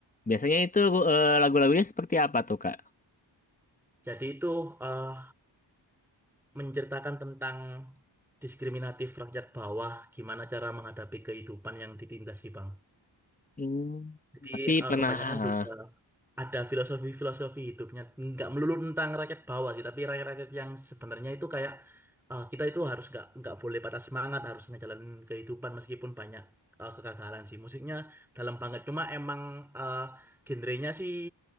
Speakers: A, on the left; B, in the centre.
A: Biasanya itu eh, lagu-lagunya seperti apa tuh, Kak?
B: Jadi itu eh, menceritakan tentang diskriminatif rakyat bawah, gimana cara menghadapi kehidupan yang ditindas sih Bang.
A: hmm,
B: Jadi
A: Tapi
B: eh,
A: pernah
B: kebanyakan
A: ah,
B: juga ada filosofi-filosofi hidupnya. Nggak melulu tentang rakyat bawah sih, tapi rakyat-rakyat yang sebenarnya itu kayak eh, kita itu harus nggak nggak boleh patah semangat, harus ngejalanin kehidupan meskipun banyak eh, kegagalan sih. Musiknya dalam banget, cuma emang eh, genrenya sih